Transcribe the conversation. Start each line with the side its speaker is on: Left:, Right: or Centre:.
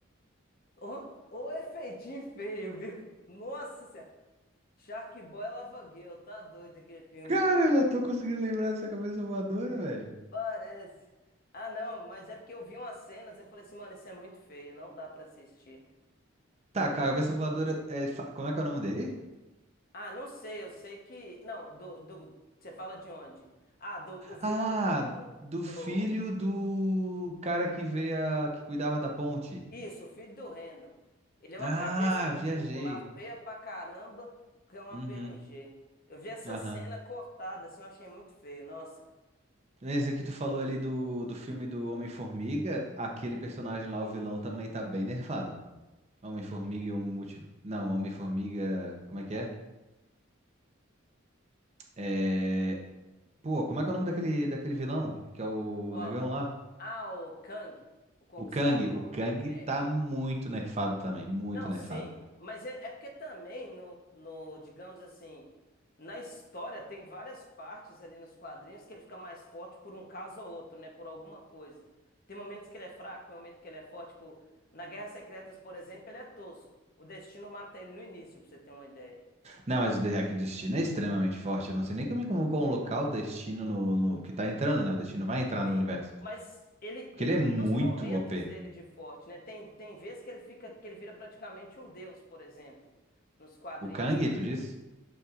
Left: Ô, ô efeitinho feio, viu? Nossa Senhora. Sharkboy e Lava Girl, tá doido aquele filme
Right: Cara,
Left: ali.
Right: eu não tô conseguindo lembrar dessa cabeça voadora, velho.
Left: Parece. Ah, não, mas é porque eu vi umas cenas e eu falei assim, mano, isso é muito feio, não dá pra assistir.
Right: Tá, cabeça voadora é. fa- Como é que é o nome dele?
Left: Ah, não sei, eu sei que. Não, do, do... você fala de onde? Ah, do, o vilão
Right: Ah, do
Left: do.
Right: filho do cara que veio a... que cuidava da ponte.
Left: Isso, o filho do Randall. Ele é uma
Right: Ah,
Left: cabeça de
Right: viajei.
Left: fogo lá, feia pra caramba, que é uma
Right: Uhum.
Left: PNG. Eu vi essa
Right: Aham.
Left: cena cortada, assim, eu achei muito feio, nossa.
Right: Esse que tu falou ali do, do filme do Homem-Formiga, aquele personagem lá, o vilão, também tá bem nerfado. Homem-Formiga e o multi... Não, Homem-Formiga. Como é que é? É, Pô, como é que é o nome daquele, daquele vilão? Que é o
Left: Qual?
Right: negão lá?
Left: Ah, o Kang, o Conquistador.
Right: O Kang. O Kang
Left: É,
Right: tá muito nerfado também. Muito
Left: Não,
Right: nerfado.
Left: sim, mas é, é porque também no, no, digamos assim, na história tem várias partes ali nos quadrinhos que ele fica mais forte por um caso ou outro, né? Por alguma coisa. Tem momentos que ele é fraco, tem momentos que ele é forte. Tipo, na Guerra Secretas, por exemplo, ele é tosco. O Destino mata ele no início, pra você ter uma ideia.
Right: Não, mas o de- aqui o Destino é extremamente forte. Eu não sei nem como convocou um local o Destino no, no- Que tá entrando, né? O Destino vai entrar
Left: Sim,
Right: no universo.
Left: mas ele,
Right: Porque
Left: ele
Right: ele é
Left: tem
Right: muito
Left: os momentos
Right: OP.
Left: dele de forte, né? Tem, tem vezes que ele fica, que ele vira praticamente um deus, por exemplo, nos quadrinhos
Right: O Kang,
Left: lá.
Right: tu diz?